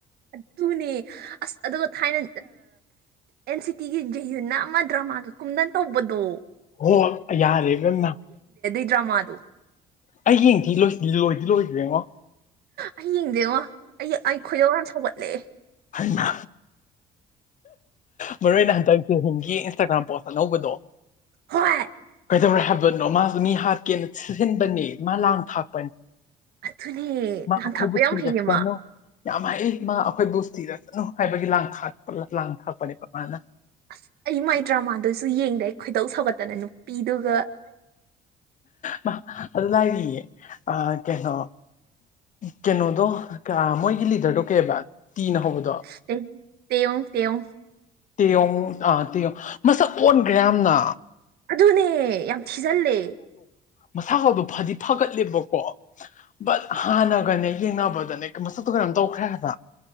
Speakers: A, on the right; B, on the left.
A: ꯑꯗꯨꯅꯦ ꯑꯁ ꯑꯗꯨꯒ ꯊꯥꯏꯅ ꯑꯦꯟ ꯁꯤ ꯇꯤꯒꯤ ꯍꯨ ꯅꯝ ꯑꯃꯗ꯭ꯔꯥ ꯃꯥꯒ ꯀꯨꯝꯗꯟ ꯇꯧꯕꯗꯣ
B: ꯍꯣꯏ ꯌꯥꯔꯦ ꯑꯗꯨꯅ
A: ꯗ꯭ꯔ ꯃꯥꯥ ꯑꯗꯨ
B: ꯑꯩ ꯌꯦꯡꯗꯤ ꯂꯣꯏꯗꯤ ꯂꯣꯏꯗ꯭ꯔꯦꯉꯣ
A: ꯑꯩ ꯌꯦꯡꯗꯦꯡꯉꯣ ꯑꯩ ꯑꯩ ꯈꯣꯏꯌꯧ ꯌꯥꯝ ꯁꯧꯒꯠꯂꯛꯑꯦ
B: ꯍꯥꯏꯅ ꯃꯔꯨ ꯑꯣꯏꯅ ꯍꯟꯗꯛ ꯆꯍꯒꯤ ꯏꯟꯁꯇꯥꯒ꯭ꯔꯥꯝ ꯄꯣꯁ ꯑꯅꯧꯕꯗꯣ
A: ꯍꯣꯏ
B: ꯀꯩꯗꯧꯔꯦ ꯍꯥꯏꯕꯅꯣ ꯃꯥꯁꯨ ꯃꯤ ꯍꯥꯠꯀꯦꯅ ꯁꯤꯖꯤꯟꯕꯅꯦ ꯃꯥ ꯂꯥꯡ ꯊꯥꯛꯄꯅꯤ
A: ꯑꯗꯨꯅꯦ
B: ꯃꯥ
A: ꯂꯥꯡꯊꯥꯛꯄ
B: ꯑꯩꯈꯣꯏꯕꯨ
A: ꯌꯥꯝ
B: ꯀꯤꯔꯁꯅꯨ
A: ꯍꯩꯌꯦ ꯃꯥ
B: ꯌꯥꯝ ꯃꯑ ꯏꯃꯥ ꯑꯩꯈꯣꯏ ꯕꯨꯁꯇꯤꯗ ꯆꯠꯅꯨ ꯍꯥꯏꯕꯒꯤ ꯂꯥꯡ ꯊꯥꯛꯄ ꯂꯥꯡ ꯊꯥꯛꯄꯅꯦꯕ ꯃꯥꯅ
A: ꯑꯁ ꯑꯩ ꯃꯥꯏ ꯗ꯭ꯔꯃꯥꯗꯁꯨ ꯌꯦꯡꯗꯦ ꯈꯣꯏꯗꯧ ꯁꯧꯒꯠꯇꯅꯅꯨ ꯄꯤꯗꯨꯒ
B: ꯃꯥ ꯑꯗꯨ ꯂꯏꯑꯦ ꯑ ꯀꯩꯅꯣ ꯀꯩꯅꯣꯗꯣ ꯃꯣꯏꯒꯤ ꯂꯤꯗꯔꯗꯣ ꯀꯩꯕ ꯇꯤꯅ ꯍꯧꯕꯗ
A: ꯇꯧ <unintelligible>
B: ꯇꯌꯣ ꯑꯥ ꯇꯤꯌꯣ ꯃꯁꯛ ꯑꯣꯟꯈ꯭ꯔꯦ ꯌꯥꯝꯅ
A: ꯑꯗꯨꯅꯦ ꯌꯥꯝ ꯊꯤꯖꯤꯜꯂꯦ
B: ꯃꯁꯥ ꯈꯕ ꯐꯗꯤ ꯐꯒꯠꯂꯦꯕꯀꯣ ꯕꯠ ꯍꯥꯟꯅꯒꯅꯦ ꯌꯦꯡꯅꯕꯗꯅꯦ ꯃꯁ ꯑꯗꯨ ꯀꯩꯅꯣꯝ ꯇꯧꯈ꯭ꯔꯦ ꯍꯥꯏꯕ